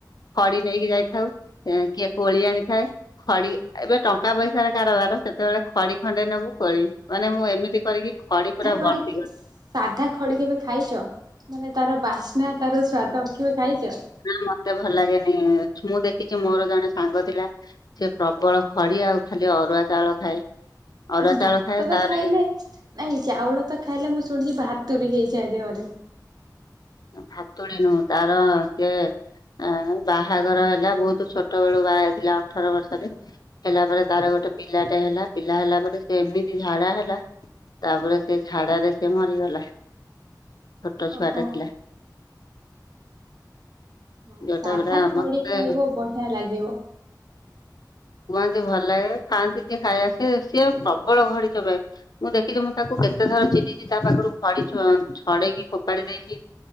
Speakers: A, on the left (about 60°); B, on the right (about 65°).
A: ଖଡି ନେଇକି ଯାଇଥାଉ କିଏ କୋଳି ଆଣିଥାଏ। ଖଡି ଏବେ ଟଙ୍କା ପଇସାର କାରବାର ସେତେବେଳେ ଖଡି ଖଣ୍ଡେଇ ନେବୁ କୋଳି ମାନେ ମୁଁ ଏମିତି କରିକି ଖଡି ପୁରା
B: କଡ଼ିକିଅ
A: ବର୍ତ୍ତି
B: ସାଧା ଖଡି କେବେ ଖାଇଛ? ମାନେ ତାର ବାସ୍ନା ତାର ସ୍ଵାଦ କେବେ ଖାଇଛ?
A: ନା ମତେ ଭଲ ଲାଗେନି, ମୁଁ ଦେଖିଛି ମୋର ଜଣେ ସାଙ୍ଗ ଥିଲା। ସେ ପ୍ରବଳ ଖଡି ଆଉ ଖାଲି ଅରୁଆ ଚାଉଳ ଖାଏ। ଅରୁଆ
B: ଆ ଭାତ
A: ଚାଉଳ ଖାଏ
B: ତ
A: ତାପରେ
B: ଖାଇଲେ ନାଇଁ ଚାଉଳ ତ ଖାଇଲେ ମୁଁ ଶୁଣିଛି ଭାତୁୁରୀ ହେଇଯାଏ ଦେହରେ।
A: ଭାତୁଡି ନୁ ତାର ସେ ଆ ବାହାଘର ହେଲା ବହୁତ ଛୋଟ ବେଳୁ ବାହା ହେଇଥିଲା ଅଠର ବର୍ଷରେ। ହେଲା ପରେ ତାର ଗୋଟେ ପିଲାଟେ ହେଲା, ପିଲା ହେଲା ପରେ ସେ ଏମିତି ଝାଡା ହେଲା। ତାପରେ ସେ ଝାଡରେ ସେ ମରିଗଲା, ଛୋଟ ଛୁଆ
B: ଓହୋ
A: ଟା ଥିଲା।
B: ହଁ,
A: ଯୋଉଟା
B: ସାଧା
A: ପୁରା
B: ଖଡି
A: ମତେ
B: ଖାଇବ ବଢିଆ ଲାଗିବ।
A: କୁହନ୍ତି ଭଲ ଲାଗେ ଖାଆନ୍ତି ଯିଏ ଖାଇଆସେ ସିଏ ପ୍ରବଳ ଘଡି ଚୋବାଏ। ମୁଁ ଦେଖିଛି, ମୁଁ ତାକୁ କେତେ ଥର ଚିଡିଛି ତା ପାଖରୁ ଖଡି ଛଡେଇକି ଫୋପାଡି ଦେଇଛି?